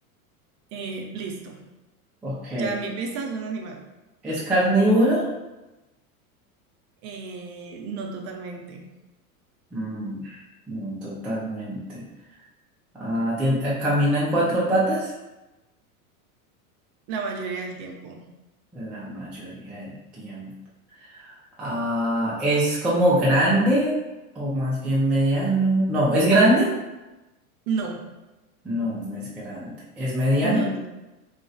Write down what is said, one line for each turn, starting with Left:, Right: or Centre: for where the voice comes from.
Right: Eh, listo,
Centre: Ok.
Right: ya mi pista es un animal.
Centre: ¿Es carnívoro?
Right: Eh, no totalmente,
Centre: Mm, no, totalmente. Ah, tien- eh, ¿camina en cuatro patas?
Right: la mayoría del tiempo.
Centre: La mayoría del tiempo. Ah, ¿es como grande o más bien mediano? No, ¿es grande?
Right: No,
Centre: No, no es grande. ¿Es mediano?
Right: no. no.